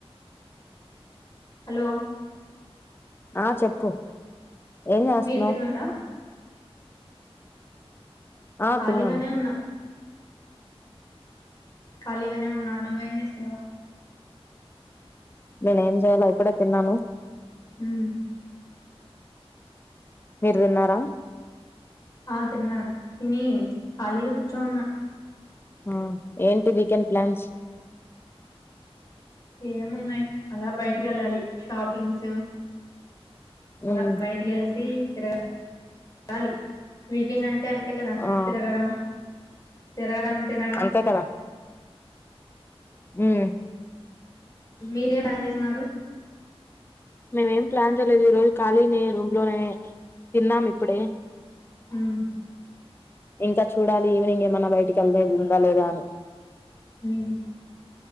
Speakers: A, on the left; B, on the left.
A: హలో
B: ఆ చెప్పు ఏం జేసున్నావ్
A: మీరు తిన్నారా
B: ఆ
A: ఖాళీగానే
B: తిన్నాను
A: ఉన్నా. ఖాళీగానే ఉన్నా నువ్వేం జెస్తున్నావ్.
B: నేను ఏం జేయలే ఇప్పుడే తిన్నాను.
A: ఉహు
B: మీర్ విన్నారా.
A: ఆ తిన్నాను నీ ఖాళీగా కూర్చో ఉన్నా.
B: ఆ ఏంటి వీకెండ్ ప్లాన్స్.
A: ఏమున్నాయ్ అలా బయటికి ఏళ్ళాలి షాపింగ్సు. అలా
B: ఉమ్
A: బయటికి ఏలసి తిరగాలీ వికెండన్ టే అండి కదా
B: ఆ
A: తిరగడం తిరగడం. తినడం
B: అంతే కదా ఉహ్
A: మీరేం బాన్ జేసున్నారు.
B: మేమేం ప్లాన్ జేయలేదు. ఈ రోజు ఖాళీనే రూమ్ లోనే తిన్నాము ఇప్పుడే.
A: ఉహ్
B: ఇంకా చూడాలి ఈవినింగ్ ఏమన్నా బయటికి వెళ్దే ఉందా లేదా అని
A: ఉహ్